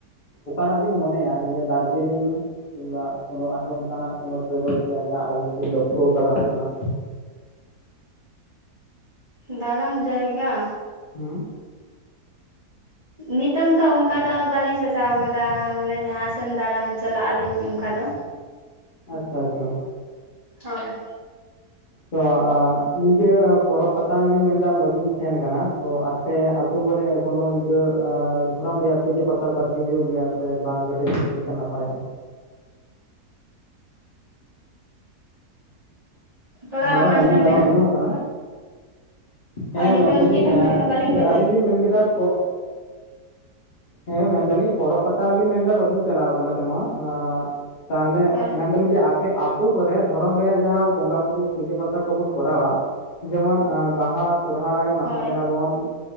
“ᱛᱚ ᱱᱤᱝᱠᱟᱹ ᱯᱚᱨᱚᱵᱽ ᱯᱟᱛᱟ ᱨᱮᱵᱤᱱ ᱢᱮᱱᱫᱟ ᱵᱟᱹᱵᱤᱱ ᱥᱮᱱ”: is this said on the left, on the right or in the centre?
Left